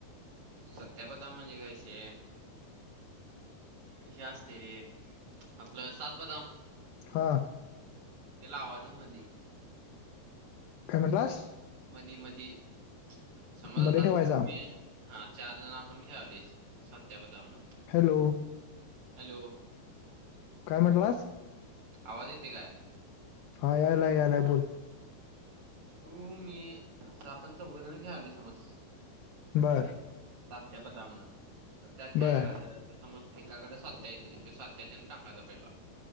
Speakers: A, on the right; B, on the left.
A: सत्या बदाम म्हणजे काय विषय हे असते रे आपलं सात बदाम.
B: हां.
A: ते लावायचा मधी.
B: काय म्हणालास?
A: मधी मधी समज आता
B: मध्ये ठेवायचा
A: तू मी हा चार जण आपण खेळालोयस सत्या बदाम.
B: हॅलो.
A: हॅलो.
B: काय म्हणटलास?
A: आवाज येतेय काय?
B: हा यालाय यालाय बोल.
A: तू मी असं आपण चौघेजण खेळालोय समज
B: बरं
A: सात्या बदाम नं तर त्यात काय
B: बर
A: करायचं? आता समज एकाकडे सात्या येतेय ते सात्या तेन टाकायचा पहिला.